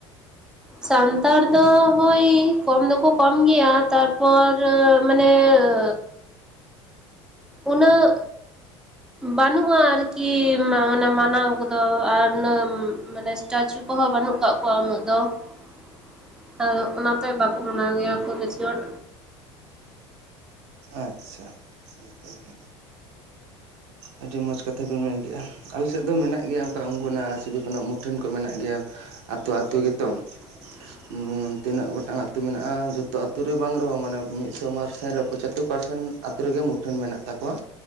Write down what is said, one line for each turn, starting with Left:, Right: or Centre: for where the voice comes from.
Centre: ᱥᱟᱱᱛᱟᱲ ᱫᱚ ᱦᱳᱭ ᱠᱚᱢ ᱫᱚᱠᱚ ᱠᱚᱢ ᱜᱮᱭᱟ ᱛᱟᱨᱯᱚᱨ ᱢᱟᱱᱮ ᱫᱚ ᱩᱹᱱᱟᱹᱜ ᱵᱟᱹᱱᱩᱜᱼᱟ ᱟᱨᱠᱤ ᱢᱟᱱᱮ ᱢᱟᱱᱟᱣ ᱠᱚᱫᱚ ᱟᱨ ᱢᱟᱱᱮᱴᱪᱩ <unintelligible> ᱠᱚᱦᱚᱸ ᱵᱟᱹᱱᱩᱜ ᱠᱟᱜ ᱠᱚᱣᱟ ᱩᱱᱟᱹᱜ ᱫᱚ <unintelligible> ᱚᱱᱟᱛᱮ ᱵᱟᱠᱚ ᱢᱟᱱᱟᱣ ᱜᱮᱭᱟ ᱠᱚ ᱵᱮᱥᱤ ᱦᱚᱲ
Right: ᱟᱪᱪᱷᱟ ᱱᱟᱯᱟᱭ ᱜᱮ ᱟᱹᱰᱤ ᱢᱚᱸᱡᱽ ᱠᱟᱛᱷᱟ ᱵᱤᱱ ᱢᱮᱱ ᱠᱮᱫᱼᱟ ᱟᱞᱮ ᱥᱮᱫ ᱫᱚ ᱢᱮᱱᱟᱜ ᱜᱮᱭᱟ ᱚᱱᱠᱟ ᱩᱱᱠᱩᱱᱟᱜ ᱥᱤᱫᱩ ᱠᱟᱱᱩ ᱟᱜ ᱢᱩᱴᱷᱟᱹᱱ ᱠᱚ ᱢᱮᱱᱟᱜ ᱜᱮᱭᱟ ᱟᱛᱳ ᱟᱛᱳ ᱜᱮᱛᱚ
Centre: <inaudible> <inaudible>
Right: ᱦᱩᱸ ᱛᱤᱱᱟᱹᱜ ᱜᱚᱴᱟᱝ ᱟ ᱟᱹᱛᱩ ᱢᱮᱱᱟᱜᱼᱟ ᱡᱚᱛᱚ ᱟᱛᱩ ᱨᱮ ᱵᱟᱝ ᱨᱮᱦᱚᱸ ᱢᱟᱱᱮ ᱢᱤᱫ ᱢᱤᱫᱥᱚ ᱯᱟᱨᱥᱮᱱ ᱨᱮ ᱯᱚᱸᱪᱟᱛᱳᱨ ᱯᱟᱨᱥᱮᱱ ᱟᱛᱳ ᱨᱮᱜᱮ ᱢᱩᱴᱷᱟᱹᱱ ᱢᱮᱱᱟᱜ ᱛᱟᱠᱚᱣᱟ